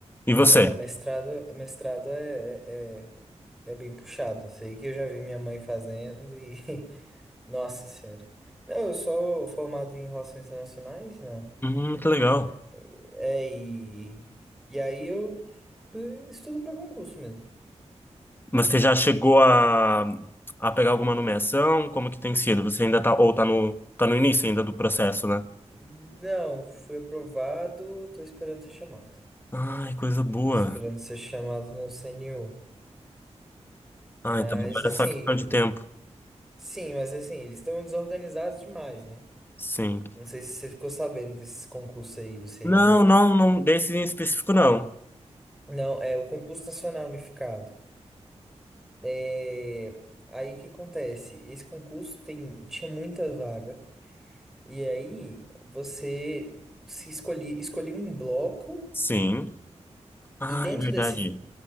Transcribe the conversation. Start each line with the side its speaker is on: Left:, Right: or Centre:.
Left: E você?
Centre: É, não, mestrado, mestrado é, é, é é bem puxado. Sei que eu já vi minha mãe fazendo e <laughs> nossa senhora. Não, eu sou formado em relações internacionais, não.
Left: Hum, que legal.
Centre: né? É, e e aí eu eh, estudo pra concurso mesmo.
Left: Mas você já chegou a, a pegar alguma nomeação? Como que tem sido? Você ainda tá, ou tá no, tá no início ainda do processo, né?
Centre: Hum. Não, fui aprovado, tô esperando ser chamado.
Left: Ai, coisa boa.
Centre: Esperando ser chamado no CNU. Mas
Left: Ai, então agora
Centre: assim,
Left: é só questão de tempo.
Centre: sim, mas assim, eles estão desorganizados demais, né?
Left: Sim.
Centre: Não sei se você ficou sabendo desses concursos aí do CNU.
Left: Não, não, não, desse em específico não.
Centre: Não, é o Concurso Nacional Unificado. É... Aí o que acontece? Esse concurso tem... tinha muita vaga, e aí você se escolhia, escolhia um bloco.
Left: Sim. Ah,
Centre: E dentro
Left: é verdade.
Centre: desse,